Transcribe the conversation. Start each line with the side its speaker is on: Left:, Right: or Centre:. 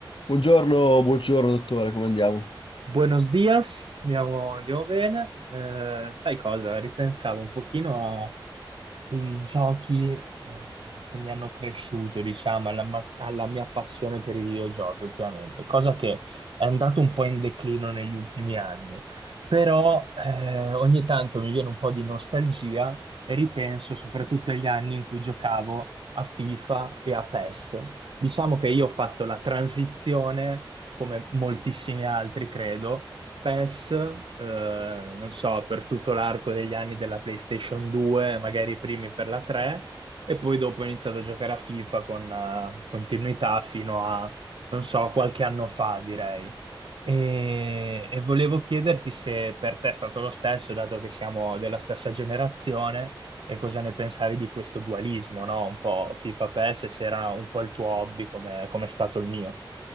Left: Buongiorno, buongiorno dottore, come andiamo?
Right: Buenos dias, andiamo, andiamo bene. Eh, sai cosa? Ripensavo un pochino ai giochi eh, che mi hanno cresciuto, diciamo, alla, ma- alla mia passione per i videogiochi ultimamente, cosa che è andato un po' in declino negli ultimi anni, però eh, ogni tanto mi viene un po' di nostalgia e ripenso soprattutto agli anni in cui giocavo a FIFA e a PES. Diciamo che io ho fatto la transizione come moltissimi altri, credo. PES, eh, non so, per tutto l'arco degli anni della PlayStation 2, magari i primi per la 3, e poi dopo ho iniziato a giocare a FIFA con eh, continuità fino a, non so, qualche anno fa, direi. E, e volevo chiederti se per te è stato lo stesso, dato che siamo della stessa generazione, e cosa ne pensavi di questo dualismo, no? Un po' FIFA PES, e se era un po' il tuo hobby, come come è stato il mio.